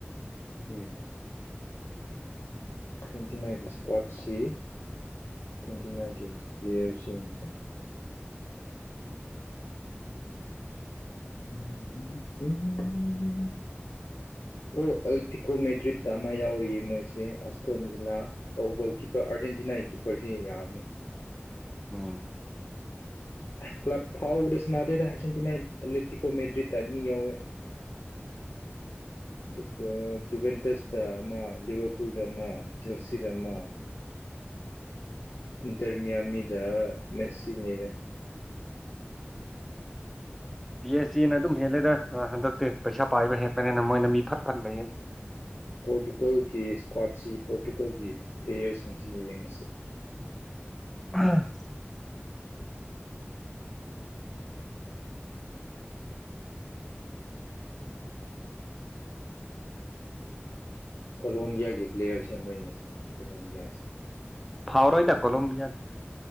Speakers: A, on the left; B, in the centre.
A: ꯎꯝ ꯇ꯭ꯋꯦꯟꯇꯤ ꯅꯥꯏꯟꯒꯤ ꯏꯁꯀ꯭ꯋꯥꯠꯁꯤ ꯇ꯭ꯋꯦꯟꯇꯤ ꯅꯥꯏꯟꯒꯤ ꯄ꯭ꯂꯦꯌꯔꯁꯤ ꯌꯦꯡꯁꯦ ꯎꯃꯎꯝ ꯎꯝ ꯀꯣ ꯑꯦꯜꯇꯤꯀꯣ ꯃꯦꯗ꯭ꯔꯤꯠꯇ ꯑꯃ ꯌꯥꯎꯔꯤ ꯃꯣꯏꯁꯦ ꯑꯁꯇꯣꯟꯕꯤꯂꯥ ꯑꯣ ꯒꯣꯜ ꯀꯤꯞꯄꯔ ꯑꯥꯔꯖꯦꯟꯇꯤꯅꯥꯒꯤ ꯀꯤꯞꯄꯔꯁꯤ ꯌꯥꯕꯅꯤ
B: ꯎꯝ
A: ꯀ꯭ꯂꯕ ꯐꯥꯎꯕꯗ ꯁꯅꯥꯗꯦꯗ ꯑꯥꯔꯖꯦꯟꯇꯤꯅꯥꯏꯗꯤ ꯂꯦꯇꯤꯀꯣ ꯃꯦꯗ꯭ꯔꯤꯠꯇ ꯑꯅꯤ ꯌꯥꯎꯋꯦ ꯑꯗꯨꯒ ꯖꯨꯕꯦꯟꯇꯁꯇ ꯑꯃ ꯂꯤꯌꯣ ꯇꯨꯗ ꯑꯃ ꯖꯔꯁꯤꯗ ꯑꯃ ꯗꯔꯃꯤꯌꯥꯃꯤꯗ ꯉꯁꯤ ꯂꯩꯔꯦ
B: ꯄꯤ ꯑꯩꯁ ꯗꯤꯅ ꯑꯗꯨꯝ ꯍꯦꯜꯂꯦꯗ ꯍꯟꯗꯛꯇꯤ ꯄꯩꯁꯥ ꯄꯥꯏꯕ ꯍꯦꯟꯕꯅꯤꯅ ꯃꯣꯏꯅ ꯃꯤ ꯐꯠ ꯐꯠ ꯂꯩꯌꯦ
A: ꯄꯣꯔꯇꯨꯒꯜꯒꯤ ꯏꯁꯀ꯭ꯋꯥꯠꯁꯤ ꯄꯣꯔꯇꯨꯒꯜꯒꯤ ꯄ꯭ꯂꯦꯌꯔꯁꯤꯡꯁꯤ ꯌꯦꯡꯂꯉꯁꯤ
B: ꯑ
A: ꯀꯣꯂꯣꯝꯕꯤꯌꯥꯒꯤ ꯄ꯭ꯂꯦꯌꯔ ꯁꯦꯝ ꯑꯃꯅ ꯌꯦꯡꯉꯁꯤꯅꯦ ꯀꯣꯂꯣꯝꯕꯤꯌꯥꯁꯦ
B: ꯐꯥꯎꯔꯣꯏꯗ ꯀꯣꯂꯣꯕꯤꯌꯥꯔ